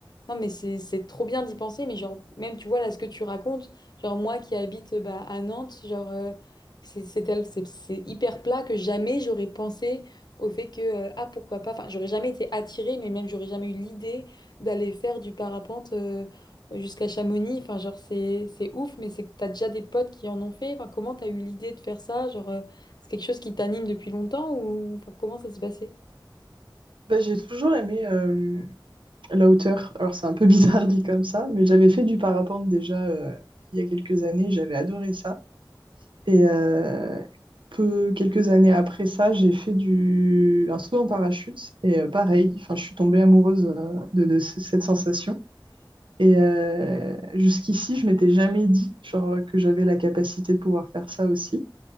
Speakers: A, on the left; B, on the right.
A: non, mais c'est c'est trop bien d'y penser, mais genre, même tu vois là ce que tu racontes, genre moi qui habite euh, bah, à Nantes, genre, euh, c'est c'est tel- c'est- c'est hyper plat que jamais j'aurais pensé au fait que, euh, ah pourquoi pas, enfin, j'aurais jamais été attirée, mais même j'aurais jamais eu l'idée d'aller faire du parapente euh, jusqu'à Chamonix, enfin, genre, c'est c'est ouf, mais c'est que t'as déjà des potes qui en ont fait, enfin, comment t'as eu l'idée de faire ça, genre, euh, c'est quelque chose qui t'anime depuis longtemps ou enfin, comment ça s'est passé?
B: Bah, j'ai toujours aimé euh, la hauteur. Alors, c'est un peu bizarre <laughs> dit comme ça, mais j'avais fait du parapente déjà euh, il y a quelques années, j'avais adoré ça. Et euh, peu, quelques années après ça, j'ai fait du, un saut en parachute et euh, pareil, enfin, je suis tombée amoureuse euh, de, de ce- cette sensation. Et euh, jusqu'ici, je m'étais jamais dit genre, que j'avais la capacité de pouvoir faire ça aussi.